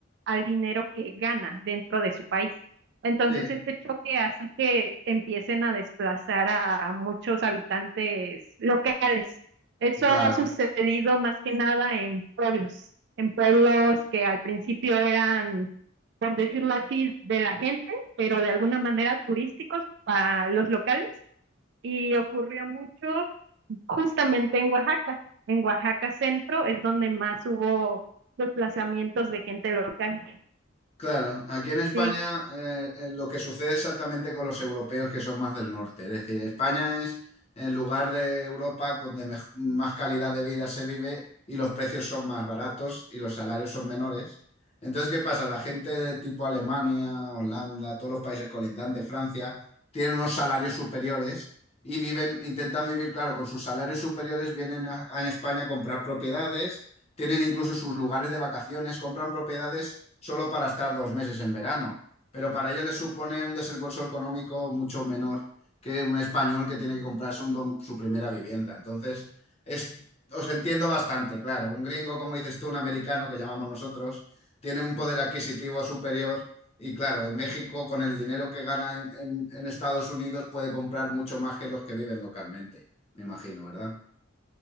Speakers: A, on the right; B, on the left.
A: al dinero que gana dentro de su país. Entonces,
B: sí,
A: este choque hace que empiecen a desplazar a muchos habitantes locales eso
B: claro.
A: ha sucedido más que nada en pueblos, en pueblos que al principio eran, por decirlo así, de la gente, pero de alguna manera turísticos para los locales. Y ocurrió mucho justamente en Oaxaca. En Oaxaca Centro es donde más hubo desplazamientos de gente local.
B: Claro, aquí en España
A: Sí.
B: eh, eh, lo que sucede exactamente con los europeos que son más del norte. Es decir, España es el lugar de Europa donde mej- más calidad de vida se vive y los precios son más baratos y los salarios son menores. Entonces, ¿qué pasa? La gente de tipo Alemania, Holanda, todos los países colindantes, Francia, tienen unos salarios superiores y viven, intentan vivir, claro, con sus salarios superiores vienen a, a en España a comprar propiedades tienen incluso sus lugares de vacaciones, compran propiedades solo para estar dos meses en verano, pero para ellos les supone un desembolso económico mucho menor que un español que tiene que comprarse un dom- su primera vivienda. Entonces, es, os entiendo bastante, claro. Un gringo, como dices tú, un americano, que llamamos nosotros, tiene un poder adquisitivo superior y claro, en México con el dinero que gana en, en- en Estados Unidos puede comprar mucho más que los que viven localmente, me imagino, ¿verdad?